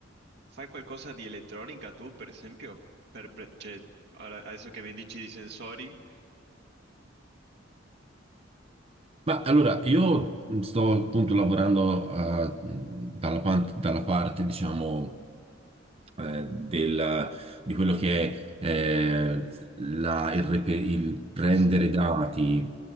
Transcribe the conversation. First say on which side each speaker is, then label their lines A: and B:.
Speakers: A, on the right; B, on the right.
A: fai qualcosa di elettronica tu, per esempio? Per, per- cioè, ora- adesso che mi dici di sensori.
B: ma allora, io sto appunto lavorando eh, dalla, pan- dalla parte, diciamo, eh, del- di quello che è eh, la- il, rep- il prendere
A: <clears throat>
B: dati